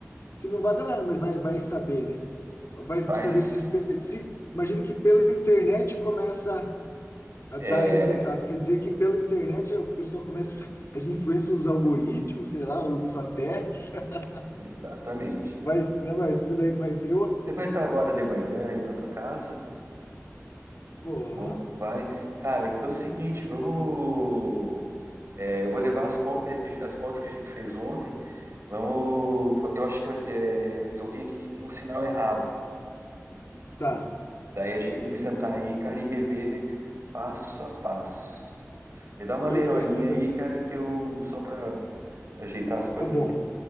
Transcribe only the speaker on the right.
faz.
é,
Exatamente.
Você vai estar agora de manhã aí na tua casa?
Ou
vai. Cara, então é o seguinte, vamos. é, eu vou levar as contas, aí que a gen- as contas que a gente fez ontem. Vamos. que Eu eu acho que eu, é, eu vi aqui que tem um sinal errado.
Daí a gente tem que sentar aí, cara, e rever passo a passo. Me dá uma
meia horinha
aí, cara, que eu só para ajeitar as coisas
aqui